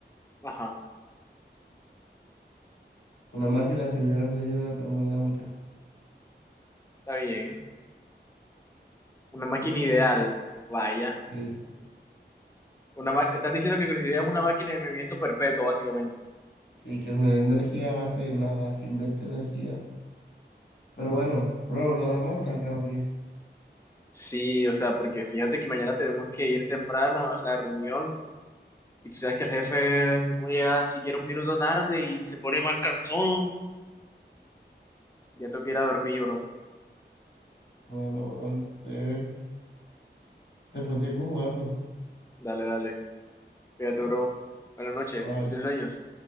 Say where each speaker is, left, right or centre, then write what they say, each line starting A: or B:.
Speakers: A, on the left; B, on the left.
A: Ajá,
B: Una máquina que viola las leyes de la termodinámica.
A: está bien. Una máquina ideal, vaya.
B: Sí,
A: Una ma- estás diciendo que construirías una máquina de movimiento perpetuo, básicamente.
B: sí, que me dé energía a base de nada, que invente energía. Pero bueno, bro, lo dejamos hasta acá, ¿o qué?
A: Sí, o sea, porque fíjate que mañana tenemos que ir temprano a la reunión y tú sabes que el jefe uno llega siquiera un minuto tarde y se pone más cansón. Ya tengo que ir a dormir, bro.
B: Bueno, bro, entonces, después seguimos jugando.
A: Dale, dale. Cuídate, bro. Buenas noches.
B: cuatro
A: Dulces sueños.